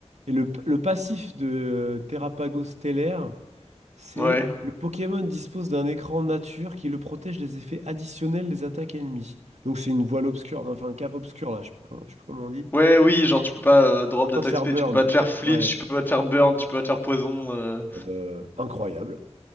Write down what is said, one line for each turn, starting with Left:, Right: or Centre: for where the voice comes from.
Right: Et le, le passif de Terrapago Stellaire, c'est
Left: Ouais.
Right: le Pokémon dispose d'un écran nature qui le protège des effets additionnels des attaques ennemies. Donc c'est une voile obscure, enfin un cap obscur là, je sais pas comment, je sais pas comment on dit.
Left: Ouais, oui, genre, tu peux pas euh, drop
Right: Je peux pas
Left: d'attaque
Right: te faire
Left: spé,
Right: burn.
Left: tu peux pas te faire flinch,
Right: Ouais,
Left: tu peux pas te faire burn, tu peux pas te faire poison. euh.
Right: Euh, incroyable.